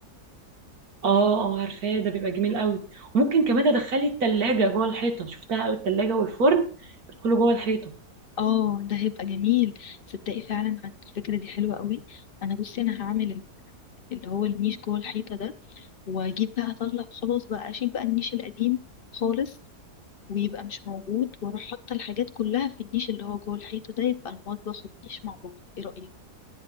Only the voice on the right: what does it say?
اه اه عارفاه ده بيبقى جميل قوي وممكن كمان تدخلي التلاجة جوه الحيطة شفتها قوي التلاجة والفرن بيدخلوا جوه الحيطة